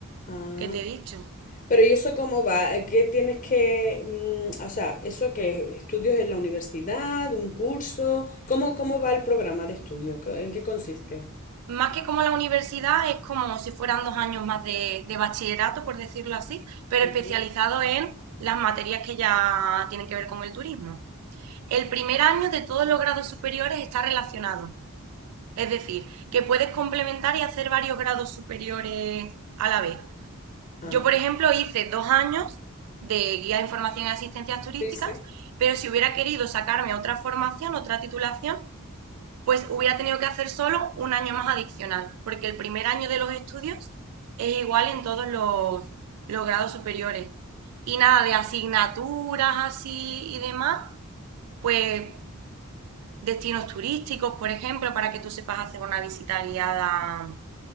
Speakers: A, on the left; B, on the right.
A: ah.
B: que te he dicho.
A: Pero ¿y eso cómo va? Eh, ¿Qué tienes que, mm, o sea, eso que estudios en la universidad, un curso? ¿Cómo, cómo va el programa de estudio? ¿Qué- ¿En qué consiste?
B: Más que como la universidad, es como si fueran dos años más de, de bachillerato, por decirlo así, pero
A: Ajá.
B: especializado en las materias que ya tienen que ver con el turismo. El primer año de todos los grados superiores está relacionado, es decir, que puedes complementar y hacer varios grados superiores a la vez.
A: Ah,
B: Yo, por ejemplo, hice dos años de guía de información y asistencias turísticas,
A: sí, sí.
B: pero si hubiera querido sacarme otra formación, otra titulación, pues hubiera tenido que hacer solo un año más adicional, porque el primer año de los estudios es igual en todos los, los grados superiores. Y nada de asignaturas así y demás, pues destinos turísticos, por ejemplo, para que tú sepas hacer una visita guiada